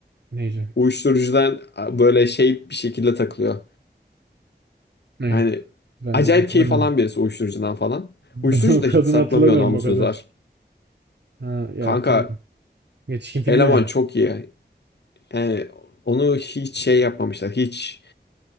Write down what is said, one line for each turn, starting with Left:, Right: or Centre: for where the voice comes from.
Right: Neyse.
Left: Uyuşturucudan böyle şey bir şekilde takılıyor.
Right: Ne?
Left: Yani
Right: Ben
Left: acayip
Right: o- hatırlamıyorum.
Left: keyif alan
Right: <laughs>
Left: birisi uyuşturucudan falan.
Right: Ben
Left: Uyuşturucu
Right: o
Left: da
Right: kadını
Left: hiç saklamıyor
Right: hatırlamıyorum
Left: namussuzlar.
Right: o kadar. Ha ya
Left: Kanka
Right: tabii. Yetişkin filmi
Left: eleman
Right: ya.
Left: çok iyi. Yani onu hiç şey yapmamışlar. Hiç